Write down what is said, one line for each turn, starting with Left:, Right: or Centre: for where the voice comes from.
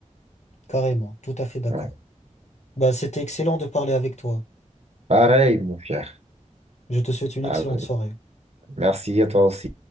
Left: carrément, tout à fait d'accord.
Right: Ouais.
Left: Bah, c'était excellent de parler avec toi.
Right: Pareil, mon cher.
Left: Je te souhaite une excellente
Right: Allez,
Left: soirée.
Right: merci à toi aussi.